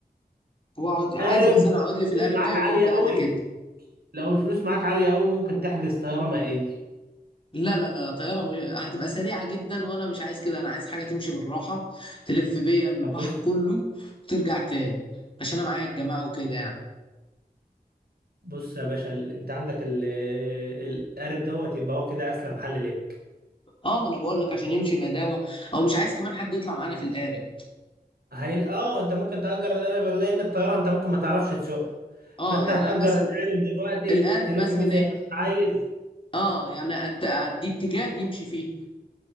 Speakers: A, on the left; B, on the right.
A: وأقعد عايز
B: قارب
A: مثلا
B: الفلوس
A: أقعد لي في القارب
B: معاك
A: ده يومين
B: عالية
A: ثلاثة
B: قوي
A: كده.
B: لو الفلوس معاك عالية قوي ممكن تحجز طيارة مائية
A: لا لا لا طيارة مش... هتبقى سريعة جدا وانا مش عايز كده انا عايز حاجة تمشي بالراحة تلف بيا البحر
B: طب بص
A: كله وترجع تاني عشان انا معايا الجماعة وكده يعني
B: بص يا باشا ال- انت عندك ال- القارب دوت يبقى هو كده اسلم حل ليك
A: اه ما انا بقول لك عشان يمشي بهداوة او مش عايز كمان حد يطلع معانا في القارب
B: هيل... اه انت ممكن تأجر القارب لان الطيارة انت ممكن ما تعرفش تسوقها
A: اه
B: فانت
A: يعني
B: هتأجر
A: أنا مثلا
B: القارب دلوقتي
A: القارب
B: تلف
A: مثلا
B: بيه زي
A: ايه
B: ما انت عايز
A: اه يعني أت- ادي اتجاه يمشي فيه